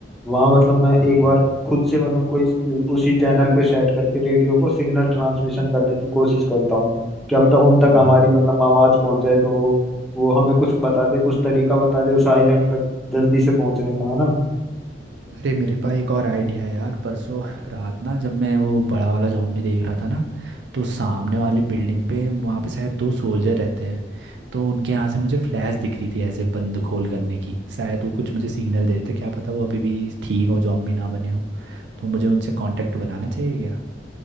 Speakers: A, in the centre; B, on the right (about 70°).
A: वहाँ मतलब मैं
B: हाँ
A: एक बार खुद से मतलब कोई उसी चैनल पे सेट करके रेडियो को सिग्नल ट्रांसमिशन करने की कोशिश करता हूँ क्या पता उन तक
B: हम्म।
A: हमारी मतलब आवाज़ पहुँच जाए तो वो वो हमें कुछ बता दे कुछ तरीका बता दे उस आइलैंड तक जल्दी से पहुँचने का है ना
B: अरे मेरे पास एक और आइडिया है यार परसों रात ना जब मैं वो बड़ा वाला जॉम्बी देख रहा था ना तो सामने वाली बिल्डिंग पे वहाँ पे शायद दो सोल्जर रहते हैं तो उनके यहाँ से मुझे फ्लैश दिख रही थी ऐसे बंद खोल करने की शायद वो कुछ मुझे सिग्नल दे रहे थे क्या पता वो अभी भी ठीक हो जॉम्बी ना बने हो तो मुझे उनसे कांटेक्ट बनाना चाहिए क्या